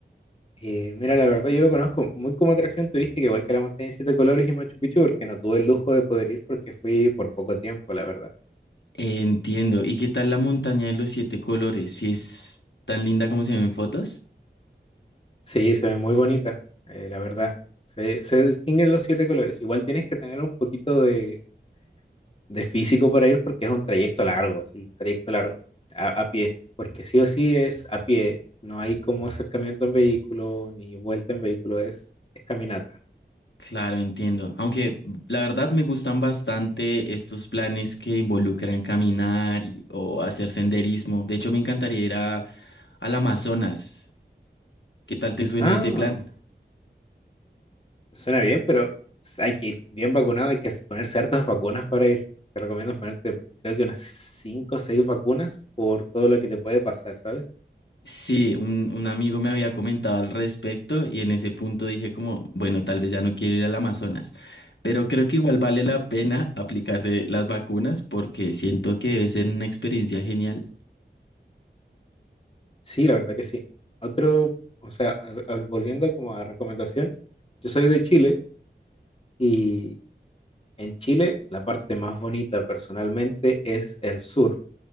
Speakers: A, on the left; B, on the left.
A: eh, mira, la verdad, yo lo conozco muy como atracción turística, igual que la montaña de siete colores y Machu Picchu, porque no tuve el lujo de poder ir porque fui por poco tiempo, la verdad.
B: Entiendo. ¿Y qué tal la montaña de los siete colores? Si es tan linda como se ven en fotos.
A: Sí, se ve muy bonita, eh, la verdad. Se, se distinguen los siete colores. Igual tienes que tener un poquito de de físico para ir porque es un trayecto largo, es un trayecto largo a, a pie, porque sí o sí es a pie, no hay como acercamiento en vehículo ni vuelta en vehículo, es, es caminata.
B: Claro, entiendo. Aunque la verdad me gustan bastante estos planes que involucran caminar y- o hacer senderismo. De hecho, me encantaría ir a, al Amazonas. ¿Qué tal te suena
A: Ah,
B: ese plan?
A: suena bien, pero hay que ir bien vacunado, hay que poner ciertas vacunas para ir. Te recomiendo ponerte, creo que unas 5 o 6 vacunas por todo lo que te puede pasar, ¿sabes?
B: Sí, un, un amigo me había comentado al respecto y en ese punto dije como, bueno, tal vez ya no quiero ir al Amazonas, pero creo que igual vale la pena aplicarse las vacunas porque siento que debe ser una experiencia genial.
A: Sí, la verdad que sí. Otro, o sea, al- al- volviendo como a recomendación, yo soy de Chile y En Chile, la parte más bonita personalmente es el sur,